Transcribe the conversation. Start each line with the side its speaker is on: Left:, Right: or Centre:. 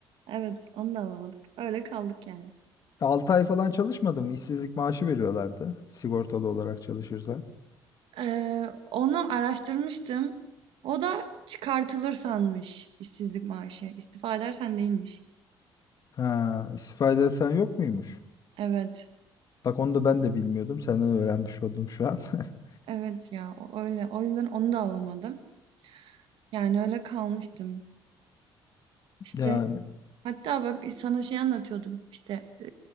Right: Evet, onu da alamadık. Öyle kaldık, yani.
Left: 6 ay falan çalışmadım. İşsizlik maaşı veriyorlardı. Sigortalı olarak çalışırsan.
Right: Eee, onu araştırmıştım. O da çıkartılır sanmış işsizlik maaşı. İstifa edersen değilmiş.
Left: Ha, istifa edersen yok muymuş?
Right: Evet.
Left: Bak onu da ben de bilmiyordum. Senden öğrenmiş oldum şu an. <laughs>
Right: Evet ya o- öyle. O yüzden onu da alamadım. Yani öyle kalmıştım. İşte
Left: Yani
Right: hatta bak sana şey anlatıyordum. İşte e,